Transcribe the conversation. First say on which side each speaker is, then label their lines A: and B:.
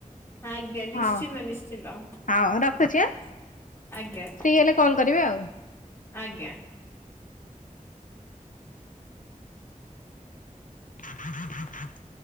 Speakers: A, on the left (about 20°); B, on the left (about 70°).
A: ଆଜ୍ଞା ନିଶ୍ଚିନ୍ତ
B: ହଉ
A: ନିଶ୍ଚିନ୍ତ
B: ହଉ ରଖୁଛି ଆଁ
A: ଆଜ୍ଞା।
B: ଫ୍ରି ହେଲେ କଲ୍ କରିବାେ ଆଉ।
A: ଆଜ୍ଞା।
B: <inaudible>